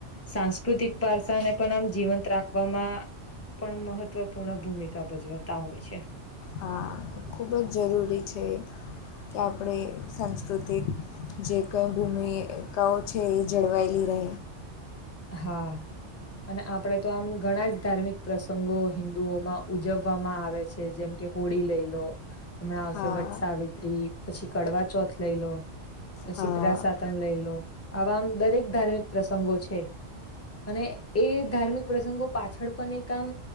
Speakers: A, on the left; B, on the left.
A: સાંસ્કૃતિક વારસાને પણ આમ જીવંત રાખવામાં પણ મહત્વપૂર્ણ ભૂમિકા ભજવતા હોય છે.
B: હા ખૂબ જ જરૂરી છે કે આપણે સાંસ્કૃતિક જે કંઈ ભૂમિકાઓ છે એ જળવાયેલી રહે.
A: હા અને આપડે તો આમ ઘણા જ ધાર્મિક પ્રસંગો હિન્ંદુઓમાં ઉજવવામાં આવે છે જેમ કે હોળી લઈ લો હમણાં આવશે
B: હા
A: વટ સાવિત્રી પછી કડવા ચોથ લઈ લો શીિતરાા
B: હા
A: સાતમ લઈ લો આવામ દરેક ધાર્મિક પ્રસંગો છે અને એ ધાર્મિક પ્રસંગો પાછળ પણ એક આમ